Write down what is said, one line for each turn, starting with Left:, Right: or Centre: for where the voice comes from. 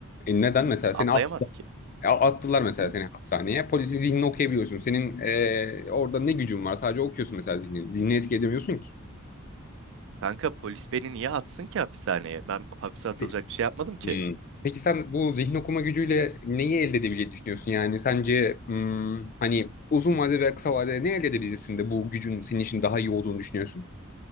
Left: neden mesela
Right: Anlayamaz
Left: seni
Right: ki.
Left: Ya Attılar mesela
Right: Hı?
Left: seni hapishaneye. Polisi zihnini okuyabiliyorsun. Senin eee, orada ne gücün var? Sadece okuyorsun mesela zihnini. Zihnini etki edemiyorsun ki.
Right: Kanka polis beni niye atsın ki hapishaneye? Ben hapse atılacak
Left: Pe-
Right: bir şey yapmadım ki.
Left: Hmm. Peki sen bu zihin okuma gücüyle neyi elde edebileceğini düşünüyorsun? Yani sence hmm, hani uzun vadede veya kısa vadede ne elde edebilirsin de bu gücün senin için daha iyi olduğunu düşünüyorsun?